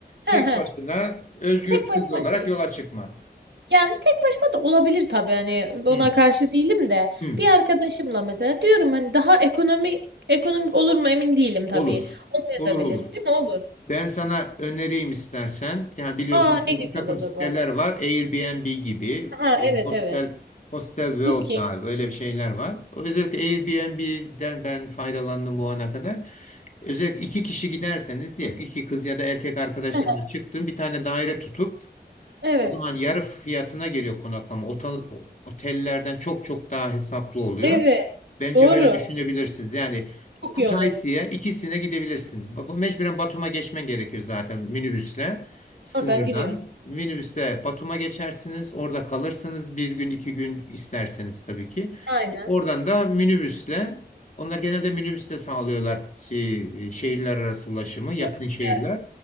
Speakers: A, on the right; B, on the left.
A: Ha,
B: tek
A: ha.
B: başına özgür
A: Tek
B: kız
A: başıma
B: olarak
A: değil.
B: yola çıkmak.
A: Yani tek başıma da olabilir tabii hani ona
B: Hı.
A: karşı değilim de
B: Hı.
A: bir arkadaşımla mesela diyorum hani daha ekonomi ekonomik olur mu emin değilim tabii.
B: Olur.
A: Olmayabilir.
B: Olur olur.
A: Değil mi? Olur.
B: Ben sana önereyim istersen. Yani biliyorsun
A: Aa
B: ki
A: ne güzel
B: bir takım
A: olur
B: siteler
A: vallahi.
B: var. Airbnb gibi,
A: Ha evet
B: Hostel,
A: evet.
B: Hostel World
A: Booking.
B: galiba öyle bir şeyler var. Özellikle Airbnb'den ben faydalandım bu ana kadar. Özellikle iki kişi giderseniz diyelim iki kız ya da erkek arkadaşınla
A: <laughs>
B: çıktın bir tane daire tutup
A: Evet.
B: o zaman yarı fiyatına geliyor konaklama. Otel, otellerden çok çok daha hesaplı oluyor.
A: Evet.
B: Bence
A: Doğru.
B: böyle düşünebilirsiniz. Yani
A: Çok
B: Kutaisi'ye
A: iyi olur.
B: ikisine gidebilirsin. Bu- bu Mecburen Batum'a geçmen gerekiyor zaten minibüsle sınırdan.
A: Oradan giriyorsun.
B: Minibüsle Batum'a geçersiniz. Orada kalırsınız bir gün iki gün isterseniz tabii ki.
A: Aynen.
B: Oradan da minibüsle onlar genelde minibüsle sağlıyorlar şey, şehirler arası ulaşımı yakın
A: Çok güzel.
B: şehirler.